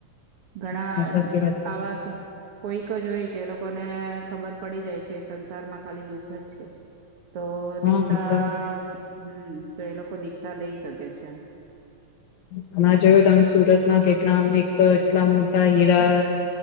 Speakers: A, on the right (about 55°); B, on the left (about 75°).
A: ઘણા
B: હા સાચી વાત કીધી
A: આવાસ કોઈક જો હોય કે લોકો ને ખબર પડી જાય છે સંસાર માં ખાલી દુઃખ જ છે તો
B: હા
A: દીક્ષા
B: તો
A: હમ તો એ લોકો દીક્ષા લઈ શકે છે એમ
B: હમણાં જોયું તમે સુરતમાં કેટલામ એક તો એટલા મોટા હીરા